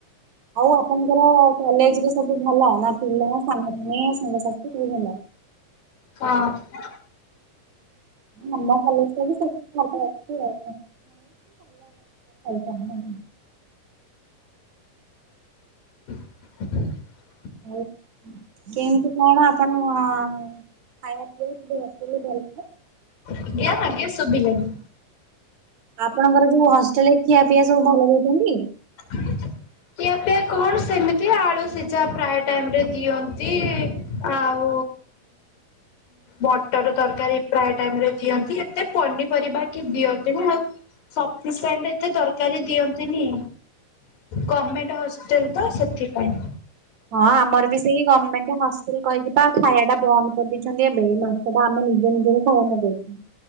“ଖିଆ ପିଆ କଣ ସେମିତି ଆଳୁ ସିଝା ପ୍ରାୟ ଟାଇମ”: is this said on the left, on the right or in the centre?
Left